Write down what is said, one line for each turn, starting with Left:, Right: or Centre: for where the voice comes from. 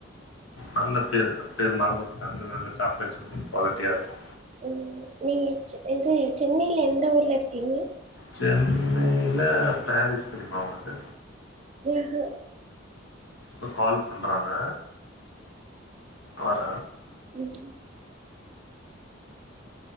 Left: நல்ல பே பேரு மறந்து போச்சு அங்க நல்ல சாக்லேட்ஸ் வந்து ரொம்ப குவாலிட்டியா இருக்கூ
Right: ம் நீங்கச்சு இந்து சென்னையில எந்த ஊர்ல இருக்கீங்க
Left: சென்னைல பாரிஸ் தெரியுமா உனக்கு
Right: ம்ஹு
Left: ஒரு கால் பண்றாங்க வர
Right: ம்